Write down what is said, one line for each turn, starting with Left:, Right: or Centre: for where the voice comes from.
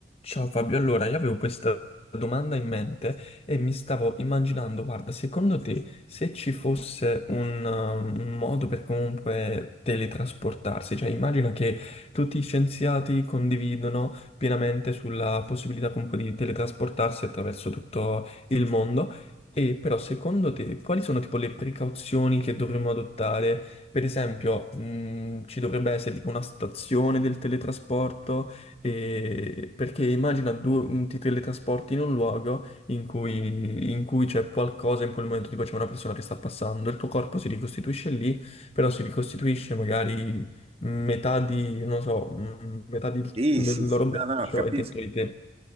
Left: Ciao Fabio, allora io avevo questa domanda in mente e mi stavo immaginando, guarda, secondo te se ci fosse un, uh, un modo per comunque teletrasportarsi, cioè immagina che tutti gli scienziati condividono pienamente sulla possibilità comunque di teletrasportarsi attraverso tutto il mondo, e però secondo te quali sono tipo le precauzioni che dovremmo adottare? Per esempio, mh, ci dovrebbe essere tipo una stazione del teletrasporto? E- perché immagina due, ti teletrasporti in un luogo in cui, in cui c'è qualcosa in quel momento, tipo c'è una persona che sta passando, il tuo corpo si ricostituisce lì, però si ricostituisce magari metà di, non so, mm, metà di-
Right: Sì,
Left: del
Right: sì, sì,
Left: loro braccio
Right: no, no, no, capisco.
Left: è dentro di te.